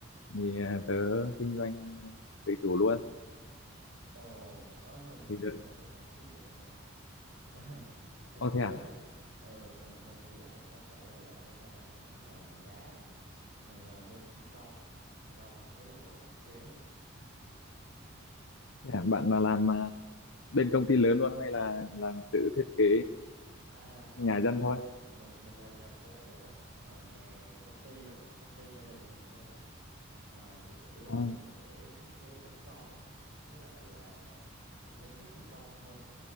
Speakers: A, on the left; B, on the right.
A: thì à, tớ kinh doanh à, tự chủ luôn.
B: Ồ, ờ, mình mình
A: Thì
B: cũng
A: đợt...
B: làm bên mảng xây dựng này. <laughs> Trùng
A: Ô
B: hợp
A: thế à?
B: thế nhỉ? Ừ, mình mình thì lại không phải là làm bên đa, mảng mà đá. Mình là bên thi công, thi công với lại là thiết kế.
A: Thế à? Bạn là làm à, bên công ty lớn luôn hay là làm tự thiết kế
B: À không
A: nhà dân
B: mình mình
A: thôi?
B: mình mình làm nhà phố thôi bạn Ờ, nhà công ty là cũng công ty gia đình mình thôi Ờ, thì chủ yếu
A: À,
B: là mình sẽ thiết kế kết cấu với lại là giám sát thi công thôi